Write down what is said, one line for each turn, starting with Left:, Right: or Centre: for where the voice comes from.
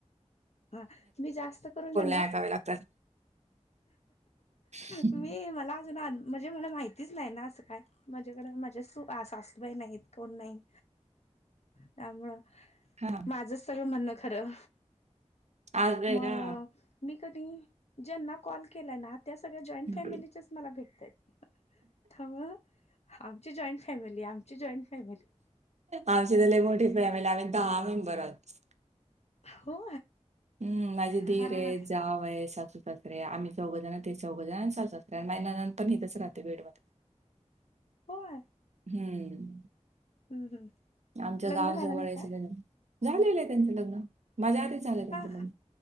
Left: हा मी जास्त करून घना
Right: ऐकावे लागतात हम्म.
Left: मी मला म्हणजे म्हण माहितीच नाही ना असं काय म्हझेकडे माझ अस बा नाहीत कोण नाही त्यामुं
Right: हा
Left: माझ सगळं म्हणणं खरं
Right: आज आहे
Left: मग
Right: ना
Left: मी कधी ज्यांना कॉल केला ना त्या सगळ्या जॉईंट
Right: हम्म.
Left: फॅमिली मला भेटतात म आमची जॉईंट फॅमिली आमची जॉईंट फॅमिली
Right: आमची त्या एक मोठी फॅमिली आम्ही दहा मेंबर आहोत
Left: हो
Right: हम् माझी
Left: हा
Right: ीर आहे जाव आहे सासूसासर आहे आम्ही चौघ जण ते चौघ जण सास ण महिन्यांतर नहच राहते वेळ मध्ये
Left: होय
Right: हम्म
Left: हम्म्
Right: आमच्या
Left: लग्न
Right: गावाजवळ
Left: झालं नाही
Right: आहे सगळे
Left: का
Right: झालेलं आहे त्यांचं लग्न माझ्या आच झालंय त्यांचं
Left: हा
Right: लग्न